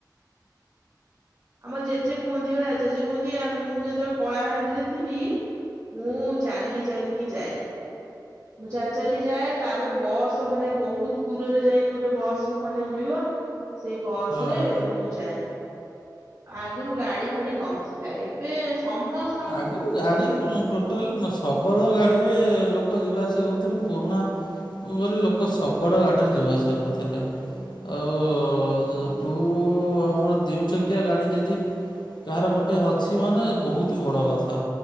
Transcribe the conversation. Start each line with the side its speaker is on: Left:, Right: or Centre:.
Right: ଆମ ଜେଜେ କୁହନ୍ତି ବା ଜେଜେ କୁହନ୍ତି ମୁଁ ଯେତେବେଳେ କଳାହାଣ୍ଡିରେ ଥିଲି ମୁଁ ଚାଲି ଚାଲିକି ଯାଏ। ମୁଁ ଚାଲି ଚାଲି ଯାଏ ତାପରେ ବସ୍ ମାନେ ବହୁତ୍ ଦୂରରେ ଯାଇକି ଗୋଟେ ବସ୍ ଖଣ୍ଡେ ମିଳିବ। ସେଇ ବସ୍
Left: ହଁ
Right: ରେ ମୁଁ ଯାଏ। ଆଗୁରୁ ଗାଡି ଫାଡି ନଥିଲା। ଏବେ ସମସ୍
Left: ଆଗୁରୁ ଗାଡି ଟୋ ଟାଲ୍ ଶଗଡ ଗାଡ଼ିରେ ଲୋକ ଯିବା ଆସିବା କରୁଥିଲେ। ପୁରୁଣା କୁ ଗଲେ ଲୋକ ଶଗଡ଼ ଗାଡ଼ିରେ ଯିବା ଆସିବା କରୁଥିଲେ। ଆଉ ଟୁ ଆମର ଦି ଚ କିଆ ଗାଡି ଯଦି କାହାର ଗୋଟେ ଅଛି ମାନେ ବହୁତ୍ ତ ବଡ଼ କଥା